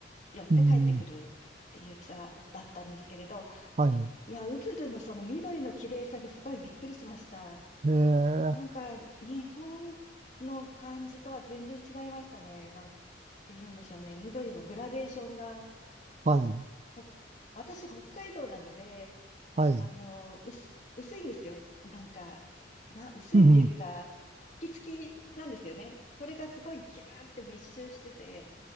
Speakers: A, on the left; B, on the right.
A: 寄って帰ってくるっていうツアーだったんですけれど、
B: うん。はい。
A: いや、ウブドゥのその緑の綺麗さにすごいびっくりしました。
B: えー、
A: なんか、日本の感じとは全然違いましたね。なんて言うんでしょうね。緑のグラデーションが、
B: はい。
A: ほ私、北海道なので、
B: はい。
A: あの、薄、薄いんですよ。なんか、な、薄いっていうか、
B: うん。
A: 好き好きなんですよね。それがすごいギューって密集してて、